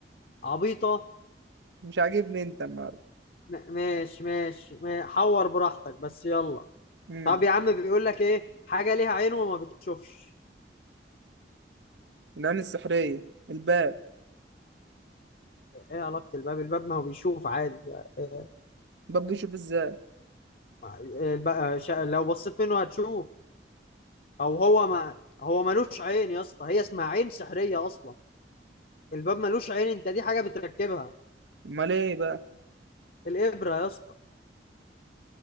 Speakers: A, on the left (about 50°); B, on the right (about 85°).
A: عبيطة
B: مش عاجبني انت النهارده
A: م- ماشي ماشي ما- حور براحتك بس يلا
B: امم
A: طب يا عم بيقول لك ايه حاجه ليها عين وما بتشوفش
B: العين السحرية الباب
A: ايه علاقه الباب الباب ما هو بيشوف عادي إيه
B: الباب بيشوف ازاي
A: ما- الب- آه، شا- لو بصيت منه هتشوف او هو ما هو ملوش عين يا اسطى هي اسمها عين سحريه اصلا الباب ملوش عين انت دي حاجه بتركبها
B: امال ايه بقى
A: الابره يا اسطى